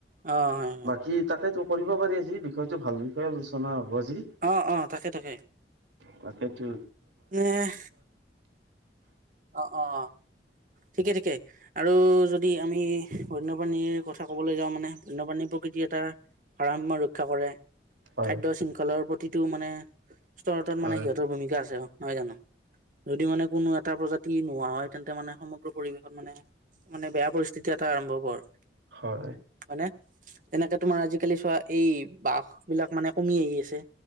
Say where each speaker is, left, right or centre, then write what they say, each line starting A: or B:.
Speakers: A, on the right; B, on the right.
A: অ হয় হয়।
B: কি তাকেইতো কৰিব পাৰি আজি বিষয়টো ভাল বিষয়ে আলোচনা হ'ব আজি।
A: অঁ অঁ তাকে তাকে।
B: তাকেইতো।
A: এই। অ, অ, অ। ঠিকেই ঠিকেই। আৰু যদি আমি বন্যপ্ৰাণীৰ কথা ক'বলৈ যাওঁ মানে বন্যপ্ৰাণীৰ প্ৰকৃতি এটা ভাৰসাম্য ৰক্ষা কৰে।
B: হয়
A: খাদ্য শৃংখলৰ প্ৰতিটো মানে স্তৰতত
B: হয়
A: মানে সিহঁতৰ ভূমিকা আছে আৰু। নহয় জানো, যদি মানে কোনো এটা প্ৰজাতি নোহোৱা হয়, তেন্তে মানে সম- সমগ্ৰ পৰিৱেশত মানে মানে বেয়া পৰিস্থিতি এটা আৰম্ভ হ'ব আৰু।
B: হয়।
A: হয়নে, তেনেকে তোমাৰ আজিকালি চোৱা এই বাঘ বিলাক মানে কমি আহি আছে।